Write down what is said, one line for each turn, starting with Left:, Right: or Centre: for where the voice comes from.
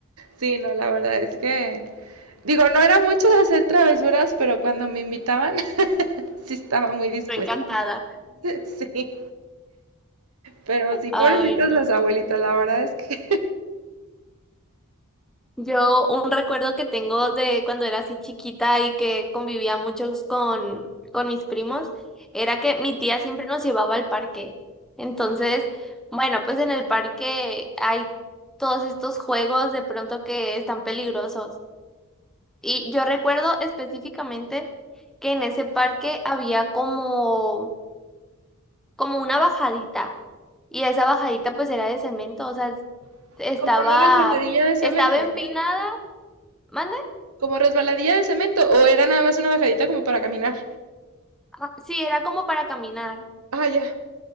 Right: sí, no, la verdad es que... Digo, no era mucho de hacer travesuras, pero cuando me invitaban, <laughs> sí estaba muy dispuesta.
Centre: Estoy encantada.
Right: <laughs> Sí. Pero sí,
Centre: Ay,
Right: pobrecitas las abuelitas, la verdad es que
Centre: Yo un recuerdo que tengo de cuando era así chiquita y que convivía muchos con, con mis primos era que mi tía siempre nos llevaba al parque. Entonces, bueno, pues en el parque hay todos estos juegos de pronto que están peligrosos. Y yo recuerdo específicamente que en ese parque había como, como una bajadita y esa bajadita pues era de cemento, o sea,
Right: <laughs>
Centre: estaba,
Right: Como una resbaladilla de cemento.
Centre: estaba empinada. ¿Mande?
Right: Como resbaladilla de cemento. O era nada más una bajadita como para caminar.
Centre: Ah, Sí, era como para caminar.
Right: Ah, ya.